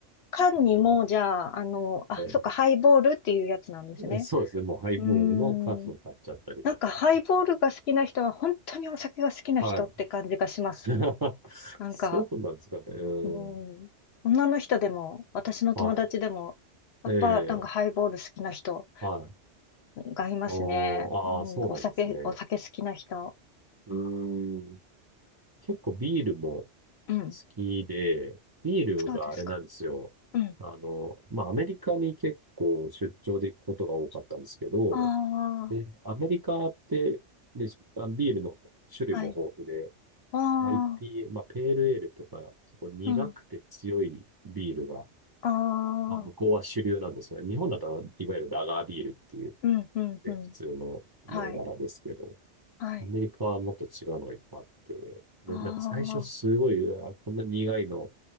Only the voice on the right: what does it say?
うん
え
えそうですね。もうハイボールの缶を買っちゃったりとか。
はい。<laughs>
そうなんですかね。うん。
はい。
え
え、
はい。
おー、
ああ、そうなんですね。
うーん。結構ビールも好
きで、ビールがあれなんですよ。
あの、まあ、アメリカに結構出張で行くことが多かったんですけど、
で、アメリカって、で、あビールの種類も豊富で、
IPA、まあ、ペールエールとか、結構苦くて強いビールが、
まあ、向こうは主流なんですよね。日本だと、いわゆるラガービールっていう、
ね、
普通の銘柄ですけど、
アメリカはもっと違うのがいっぱいあって、で、
なんか最初すごい、うわこんな苦いの、